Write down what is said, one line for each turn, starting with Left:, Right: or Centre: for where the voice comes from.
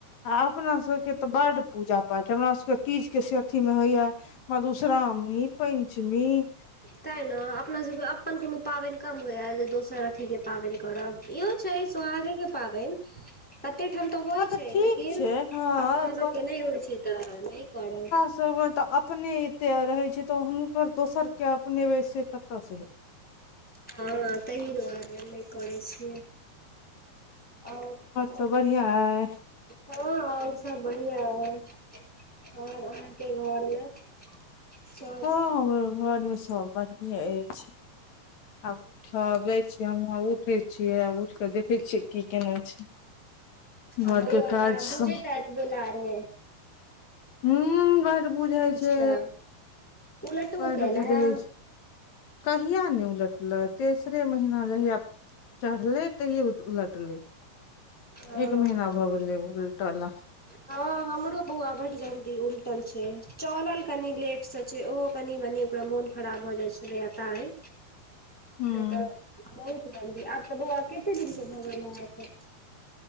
Left: आ अपना सभके तऽ बड पूजा पाठ हमरा सभके तीजके से अथि मे होय यऽ, मधुश्रावणी, पैंञ्चमी।
Centre: तैं नऽ अपना सभके अप्पन कोनो पाबैन कम होइए जे दोसर अथी के पाबैन करब इहो छै, सोहागेके पाबैन। कत्ते ठाम तऽ होइ
Left: हँ
Centre: छै
Left: ठीक
Centre: लेकिन
Left: छै हँ
Centre: अपना सभके नै होइ छै तऽ नइ करब।
Left: सभ ओतऽ अपने एत्ते रहै छै तऽ हुनकर दोसर के अपनेबै से कतऽ से हेतै।
Centre: हँ, तहि दुआरे नइ करै छियै। आओर सभ
Left: सब बढ़िआँ अइ
Centre: हँ आओर सभ बढ़िआं ऐ, आर अहाँके घरमे। सब
Left: हँ, हमरो घर मे सभ बढ़ियें ऐछ। आब उठब, जाय छी हमहु। हँ उठ। उठै छियै आ उइठ कऽ देखै छियै कि केने छै?
Centre: आ
Left: घरके
Centre: बौआ
Left: काज
Centre: तऽ आब
Left: सब
Centre: बुझैत हैत बोलारे।
Left: हूँ, बड बुझै छै।
Centre: तऽ उलटबो
Left: बड
Centre: केला
Left: बुझै
Centre: हे।
Left: छै। कहिया ने उलटलै तेसरे महीना जहिया चढ़ले तैहिये उत-उलटलै,
Centre: हँ
Left: एक महीना भऽ गेलै उलटऽ ला।
Centre: हँ हमरो बौआ बड जल्दी उलटल छै, चऽलल कनि लेट से छे, ओहो कनि-मनि ओकरा मोन खराब भऽ जाय छलैए तैं।
Left: हूँ
Centre: नै तऽ बहुत जल्दी, आब तऽ बौआ केते दिन के भऽ गेल अहाॅंके?